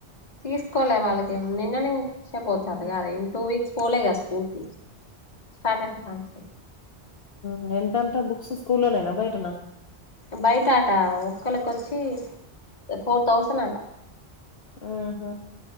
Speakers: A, on the left; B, on the left.
A: తీసుకోలే వాళ్ళకి నిన్నంచే పోతర్రు క రా టూ వీక్స్ పోలే క స్ స్కూల్ కి సటర్ డే కానుంచి
B: మ్ ఎంతంట బుక్స్ స్కూల్లోనేనా బయటనా
A: బయట ఆట ఒక్కళకిొచ్చి ఫోర్ థౌసండ్ అట
B: ఆహ